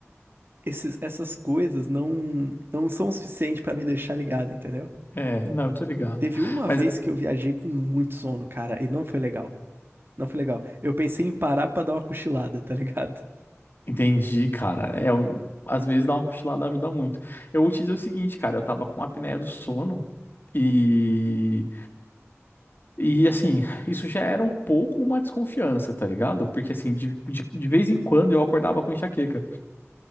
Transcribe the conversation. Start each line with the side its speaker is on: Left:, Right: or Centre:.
Right: esses, essas coisas não não são o suficiente pra me deixar ligado, entendeu?
Left: É, não, eu tô ligado.
Right: Teve uma
Left: Mas.
Right: vez que eu viajei com muito sono, cara, e não foi legal. Não foi legal. Eu pensei em parar pra dar uma cochilada, tá ligado?
Left: Entendi, cara. É, um- às vezes dar uma cochilada ajuda muito. Eu vou te dizer o seguinte, cara, eu tava com apneia do sono e e assim, <laughs> isso já era um pouco uma desconfiança, tá ligado? Porque assim, de, de, de vez em quando eu acordava com enxaqueca.